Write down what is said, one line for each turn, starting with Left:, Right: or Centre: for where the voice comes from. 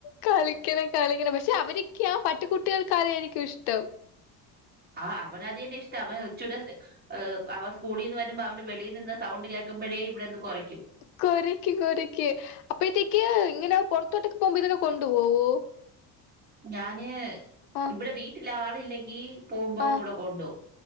Left: കളിക്കണം കളിക്കണം പക്ഷെ അവർരിക്കാ പട്ടുകുട്ടികൾക്കതൊയിരിക്കും ഇഷ്ടം
Right: ആ അവന അ തന്നെ ഇഷ്ട അവൻ ഒച്ചൂടെ അവൻ സ്കൂളീ നിന്ന് വരുമ്പോ അവന്റെ വെളിയിൽ നിന്ന് സൗണ്ട് കേൾക്കുമ്പോഴേ ഇവിടെന്ന് കോരക്കും
Left: കൊരക്കും കൊരക്കക്ക് അപ്പഴത്തേക്ക് ഇങ്ങനെ പുറത്തോട്ടൊക്ക് പോകുമ്പോ ഇതിനെ കൊണ്ടു പോവോ
Right: ഞാന്
Left: ആഹ്
Right: ഇവിടെ വീട്ടില ആളില്ലെങ്കി പോകുമ്പോ
Left: ആഹ്
Right: കൂടെ കൊണ്ടു പോകും